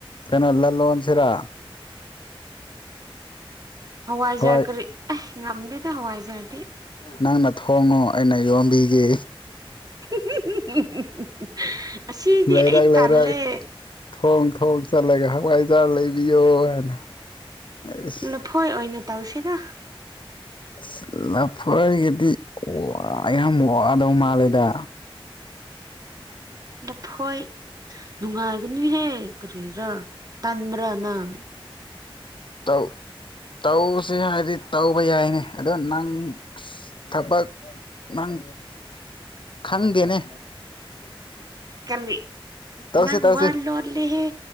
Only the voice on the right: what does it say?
ꯍꯋꯥꯏꯖꯥ
ꯀꯔꯤ ꯑꯦ ꯉꯝꯗꯦꯗ ꯍꯋꯥꯏꯖꯥꯔꯗꯤ
<unintelligible> ꯑꯁꯤꯗꯤ
ꯑꯩ ꯇꯜꯂꯦ
ꯂꯐꯣꯏ ꯑꯣꯏꯅ ꯇꯧꯁꯦꯗ
ꯂꯐꯣꯏ ꯅꯨꯡꯉꯥꯏꯒꯅꯤꯍꯦ ꯀꯔꯤꯔꯥ ꯇꯟꯕ꯭ꯔꯥ ꯅꯪ
ꯀꯔꯔꯤ
ꯅꯪ
ꯋꯥ ꯂꯣꯠꯂꯦ ꯍꯦ